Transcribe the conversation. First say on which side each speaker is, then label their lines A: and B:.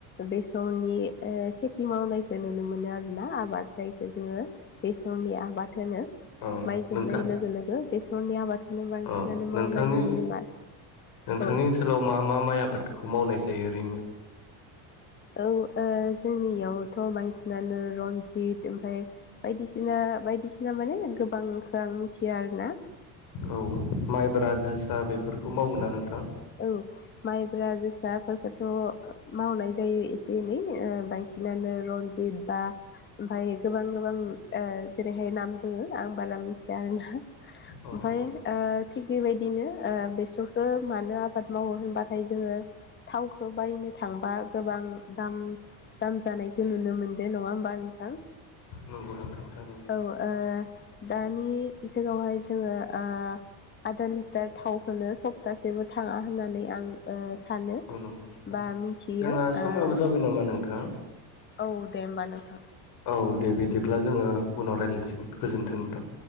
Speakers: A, on the left (about 25°); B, on the left (about 50°).
A: बेसरनि ओ- खेथि मावनायखौ नुनो मोनो आरोना आबाद जायखौ जोङो बे जनि आबाद होनो
B: औ
A: माइ जोबनाय
B: नोंथां
A: लोगो लोगो बेसरनि आबादखौनो बांसिनानो
B: औ नोंथांनि
A: मावनाय नुयो मा
B: नोंथांनि
A: औ
B: ओनसोलाव मा मा माइ आबादखौ मावनाय जायो ओरैनो?
A: औ ओ जोंनियावथ' बांसिनानो रनजित ओमफफ्राय बायदिसिना बायदिसिना माने गोबांखो आं मिथिया आर ना
B: औ माइब्रा जोसा बेफोरखौ मावो ना नोंथां?
A: औ माइब्रा जोसा फो थ' मावनाय जायो एसे एनै ओ बांसिनानो रनजित बा ओमफफ्राय गोबां गोबां ओ- जेरैहाय नाम दङ आं बाला मिथिया आर ना
B: औ
A: ओमाय
B: नंगौ नोंथां
A: ओ- थिग बेबायदिनो ओ- बेसरखौ मानो आबाद मावो होनबाथाय जोङो थावखौ बायनो थांबा गोबां दाम दाम जानायखौ नुनो मोनदों नङा होमबा नोंथां?
B: नंगौ न थांथारनो
A: औ ओ दानि जुगावहाय जोङो ओ- आधा लिटार थाव होनो सप्तासेबो थाङा होननानै आं ओ- सानो
B: औ नंगौ नोंथां
A: बा मिथियो
B: जोंहा समाबो
A: ओ
B: जाबाय नामा नोंथां
A: औ दे होमबा नोंथां।
B: औ दे बिदिब्ला जोङो उनावाय रा गोग्लैसिगोन गोजोन्थों नोंथां